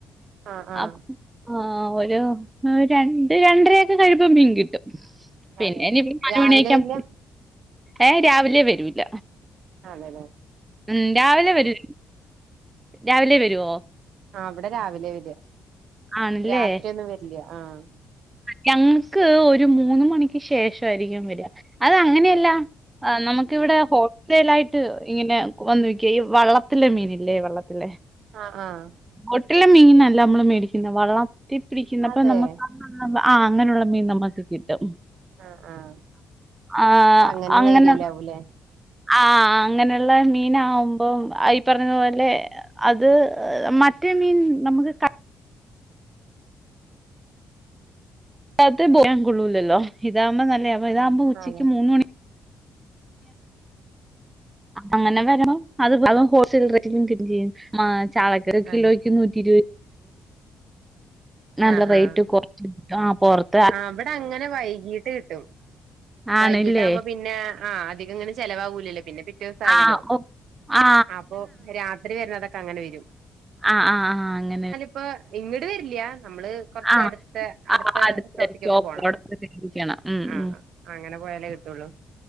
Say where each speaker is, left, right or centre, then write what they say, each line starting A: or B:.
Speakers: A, on the right; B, on the right.
A: ആഹ് ആഹ്
B: അഹ് ആഹ് ഒരു രണ്ട് രണ്ടരയൊക്കെ കഴീമ്പം മിൻ കിട്ടും. പിന്നെ
A: അതെ
B: ഇനി ഇമ്മനെ
A: രാവിലെ
B: പണിയ് ക്കാൻ
A: വരില്ല
B: ഏഹ് രാവിലെ വരൂല്ല
A: അതെലെ
B: ഉം രാവിലെ വരൂ രാവിലെ വരുവോ
A: ആഹ് ഇവിടെ രാവിലെ വര്യാ
B: ആണല്ലേ
A: രാത്രി ഒന്നും വരില്ല ആഹ്
B: ഞങ്ങക്ക് ഒരു മൂന്ന് മണിക്ക് ശേഷായിരിക്കും വെര്യ അത് അങ്ങനെയല്ല ആഹ് നമുക്കിവിടെ ഹോൾറ്റൽ ആയിട്ട് ഇങ്ങനെ വന്നോ ക ഈ വള്ള ഇങ്ങോട്ടില്ല മീനില്ലേ വെള്ളത്തിലെ
A: ആഹ് ആഹ്
B: ബോട്ടിലെ മീനല്ല നമ്മള് മേടിക്കുന്നത് വെള്ളം തിപ്പടിക്കുന്നപ്പ
A: അതെ
B: നമ്മുക്ക് ആഹ് അങ്ങനെയുള്ള മീൻ നമ്മുക്ക് കിട്ടും
A: ആഹ് ആഹ്
B: ആഹ്
A: അപ്പൊ അങ്ങനെയുള്ള
B: അങ്ങനെ
A: <unintelligible>
B: ആഹ് അങ്ങനെയുള്ള മീന് ആവുമ്പം ഈ പറഞ്ഞതു പോലെ അത് മറ്റേ മീൻ നമുക്ക് അഹ് പോക കൊള്ളൂലല്ലോ ഇതാവുമ്പോ നല്ലത ഇതാകുമ്പോ ഉച്ചക്ക്
A: അതെ
B: മൂന്ന് മണിക്ക് അങ്ങനെ വരു അത് ഹോൾസെൽ റേ ചെയ്യും ചാളക്ക് കിലോയ്ക്ക്
A: അതെ
B: നൂറ്റി നല്ല
A: ആഹ്
B: റേറ്റ്
A: ആഹ്
B: കൊർച് ആഹ് കൊർച്
A: ആഹ് അവിടെ അങ്ങനെ വൈകീട്ട് കിട്ടും
B: ആണല്ലേ
A: വൈകീട്ട ആകുമ്പോ പിന്നെ ആഹ് അധികങ്ങനെ ചിലവാവൂലല്ലോ പിന്നെ പിറ്റേ ദിവ്സം ആയില്ലോ
B: ആ ഓ ആ
A: അപ്പൊ രാത്രി വരണതൊക്കെ അങ്ങനെ വരും
B: ആഹ് ആഹ് ആഹ് അങ്ങനെ
A: ഇപ്പ ഇങ്ങട്ട് വരില്ല നമ്മള് കൊറച്ച്
B: ആ,
A: അടുത്ത അടുത്ത
B: ആ
A: സ്റ്റോപ്പിക്കൊക്കെ
B: <unintelligible>
A: പോണം
B: ഉം
A: ആഹ്
B: ഉം
A: അങ്ങനെ പോയാലേ കിട്ടുള്ളൂ